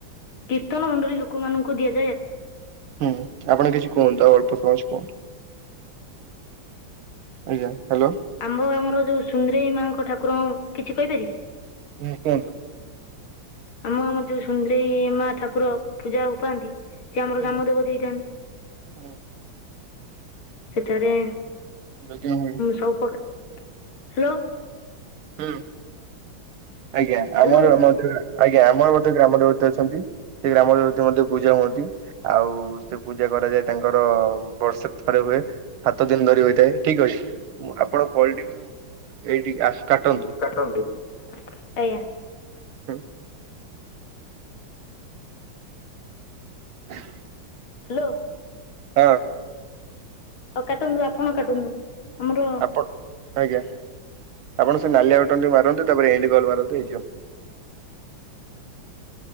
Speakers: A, on the left; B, on the right.
A: କୀର୍ତ୍ତନ ମଣ୍ଡଳୀ ଲୋକମାନଙ୍କୁ ଦିଆଯାଉଛି।
B: ହୁଁ ଆପଣ କିଛି କୁହନ୍ତୁ ଆଉ ଅଳ <inaudible> ଆଜ୍ଞା ହ୍ୟାଲୋ
A: ଆମ୍ଭ ଗ୍ରମର ଯୋଉ ସୁନ୍ଦରେଇ ମାଆଙ୍କ ଠାକୁରଙ୍କ କିଛି କହିପାରିବି?
B: ହୁଁ କୁହନ୍ତୁ।
A: ଆମ ଆମର ଯୋଉ ସୁନ୍ଦରେଇ ମା ଠାକୁର ପୂଜା ହଉ ପାଆନ୍ତି ସେ ଆମର
B: ହୁଁ
A: ଗ୍ରାମ ଦେବତୀ ହେ,
B: ହୁଁ
A: ସେଠାରେ
B: ଯଜ୍ଞ ହୁଏ
A: ସ ହ୍ୟାଲୋ।
B: ହଁ। ଆଜ୍ଞା
A: ହ୍ୟାଲୋ
B: ଆମର ଆଜ୍ଞା ଆମର ଗ୍ରାମ। ଅଛନ୍ତି ସେ ଗ୍ରାମ ଦେତ ମଧ୍ୟ ପୂଜା ହୁଅନ୍ତି ଆଉ ସେ ପୂଜା କରାଯାଏ ତାଙ୍କର ବର୍ଷେ ଥରେ ହୁଏ ସାତ ଦିନ ଧରି ହୋଇଥାଏ ଠିକ ଅଛି ଆପଣ କଟି ଏଇଠି ଆସ କାଟନ୍ତୁ
A: କାଟନ୍ତୁ ଆଜ୍ଞା।
B: ହଁ <inaudible>
A: ହ୍ୟାଲୋ
B: ହଁ
A: ଆଉ କାଟନ୍ତୁ ଆପଣ କାଟନ୍ତୁ ଆମର
B: ଆପଣ ଆଜ୍ଞା ଆପଣ ସେ ନାଲିଆ ବଟନ ଟି ମାରନ୍ତୁ ତାପରେ ଏଡିଗଲ ମାରନ୍ତୁ ଏଇଯିବ
A: <inaudible>